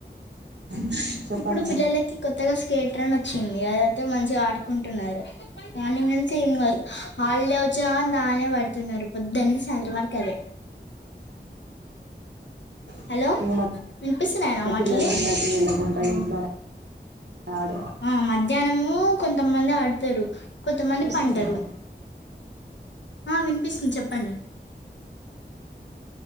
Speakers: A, on the right; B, on the left.
A: <unintelligible> చెప్పండి
B: ఇప్పుడు పిల్లలకి కొత్తగా స్కేటర్ అన్ వచ్చింది అదైతే మంచిగా ఆడు ఉంటూన్నారు మార్నింగ్ నుంచి ఈవినింగ్ వరకు హల్డే వచ్చిన నాన్నే పడుతున్నారు పొద్దుననుంచి సాయంత్రం వరకు అదే
A: <inaudible>
B: హలో
A: ఇ మ
B: వినిపిస్తున్నాయ నా మాటలు
A: పిల్లలు ఎండకు ఎలకుంట ఇంట్లోనే ఆడ
B: ఆ మధ్యాహ్నము కొం కొంతమంది ఆడతారు కొంతమంది
A: వినిపిస్తున్నాయా
B: పంటారు ఆ వినిపిస్తుంది చెప్పు పండి